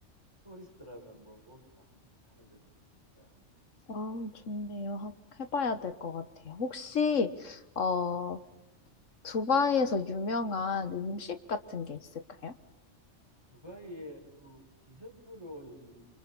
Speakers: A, on the right; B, on the left.
A: 토리스트라면 뭐 모두 다 한지 하는 것 같습니다.
B: 아, 좋네요. 하- 해봐야 될 것 같아요. 혹시,
A: 아,
B: 어,
A: 네.
B: 두바이에서 유명한 음식 같은 게 있을까요?
A: 두바이에 그 디저트로 요즘